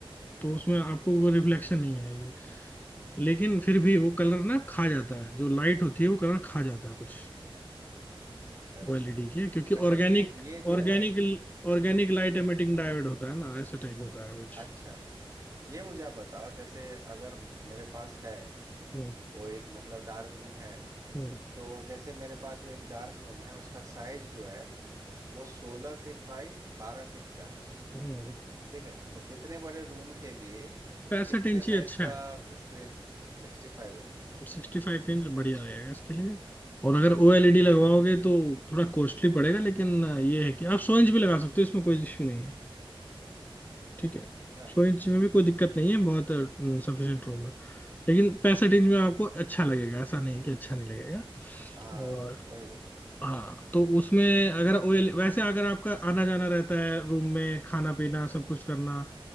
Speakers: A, on the right (about 35°); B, on the left (about 20°).
A: हाँ
B: तो उसमें आपको वो रिफ्लेक्शन नहीं आएगी लेकिन फिर भी वो कलर
A: अच्छा
B: ना खा जाता है जो लाइट होती है वो कलर खा जाता है कुछ
A: अच्छा अच्छा
B: ओएलईडी
A: अच्छा
B: के क्योंकि
A: अच्छा
B: organic
A: ये ये जो
B: organic
A: है
B: organic light emitting diode होता है ना ऐसा टाइप होता है कुछ
A: अच्छा ये मुझे आप बताओ जैसे अगर मेरे पास है
B: हम्म
A: कोई मतलब डार्क रूम है
B: हम्म
A: तो जैसे मेरे पास जो एक डार्क रूम है उसका साइज जो है वो सोलह फीट बाई बारह फीट का है
B: हम्म।
A: ठीक है तो इतने बड़े रूम के लिए
B: 65
A: कितने
B: इंच
A: साइज
B: ही अच्छा
A: का
B: है
A: स्क्रीन सिक्सटी फाइव इंच
B: सिक्सटी फाइव इंच
A: अच्छा
B: बढ़िया रहेगा इसके लिए और अगर ओएलईडी लगवाओगे तो थोड़ा कॉस्टली पड़ेगा लेकिन ये है कि आप सौ इंच भी लगा सकते हो इसमें कोई इश्यू नहीं है ठीक है
A: अच्छा
B: सौ इंच में भी कोई दिक्कत नहीं है बहुत सफिशियंट रूम है लेकिन पैसा रेंज में आपको अच्छा लगेगा ऐसा नहीं कि अच्छा नहीं लगेगा
A: हाँ
B: और
A: वही वही
B: हाँ तो उसमें अगर ओएल वैसे अगर आपका आना जाना रहता है रूम में खाना पीना सब कुछ करना